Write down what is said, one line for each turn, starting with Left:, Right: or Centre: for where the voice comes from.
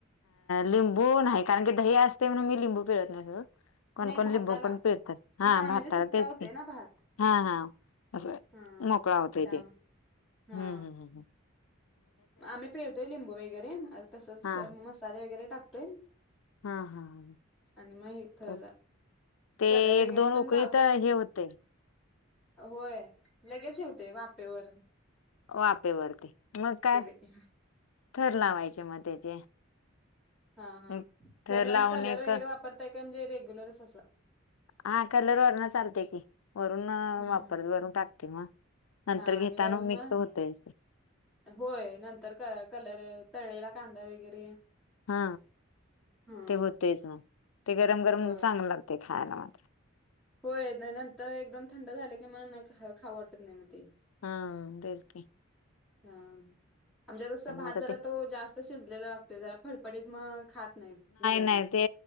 Left: लिंबू नाही कारण की दही असते म्हणून मी लिंबू पिरत नाही स कोणकण
Centre: नाही भाताला
Left: लिंबू पण पिळतस हा भाताला
Centre: म्हणजे सुट्टा
Left: तेच
Centre: होतय
Left: की
Centre: ना भात
Left: हा हा. असं
Centre: हा
Left: मोकळा होतो इथे
Centre: त्या
Left: हम्म
Centre: हा
Left: हम् हम्म्.
Centre: आम्ही पिळतोय लिंबू वगरे तसच
Left: हा
Centre: मसाले वगैरे टाकतोय.
Left: हा हा हा.
Centre: आणि मग
Left: तर
Centre: र.
Left: ते
Centre: कलर वगैरे
Left: एक दोन
Centre: पण
Left: उकळीत
Centre: लावतात
Left: हे होते.
Centre: होय. लगेच ठवते वापेवर
Left: वापेवररती मग काय
Centre: की
Left: थर लावायचे मग त्याचे
Centre: हा हा
Left: एक थर
Centre: तरला
Left: लावून
Centre: मग कलर
Left: एक
Centre: वगैरे वापरताय का म्हणजे रेग्युलरच असं
Left: हा कलर वरण चालते की वरून
Centre: हम्म
Left: वापर
Centre: हम्म
Left: वरून टाकते मग नंतर
Centre: हा आणि
Left: घेताना
Centre: वरून मग
Left: मिक्स होतय
Centre: होय नंतर कलर तळळेला कांदा वगैरे
Left: हा
Centre: हा
Left: ते होतेच ना ते गरम गरम
Centre: होय
Left: चांग लागते खायला मात्र
Centre: होय नाही नंतर एकदम थंड झालं की मला खावटत नाही मग ते
Left: हा तेस क
Centre: ह आमच्यास भात
Left: आता
Centre: जरा
Left: ते
Centre: तो जास्त शिजलेला लागतोय जरा फडफडीत मग खात नाही बिर्याणी
Left: नाही ते